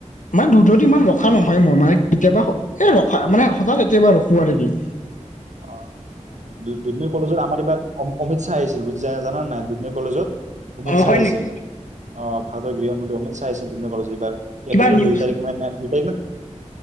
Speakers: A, on the left; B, on the right.
A: মাৰ দুধনৈত ইমান ৰখা নহয় মান কেতিয়াবা এই
B: অ
A: ৰখা মানে হঠাৎ কেতিয়াবা ৰখো আৰ কি
B: অ দুধনৈ কলেজত আমাৰ এইবাৰ অমিত শ্বাহ আহিছিল বুজ জান নাই দুধনৈ কলেজত অমিত
A: অ
B: শ্বাহ
A: হয়
B: আহিছিল
A: নেকি
B: অ ভাৰতৰ গৃহমন্ত্ৰী অমিত শ্বাহ আহিছিল দুধনৈ কলেজত এইবাৰ
A: কিবা
B: এপ্ৰিলৰ
A: নিউজ
B: দুই তাৰিখ মানেই তাৰিখ ন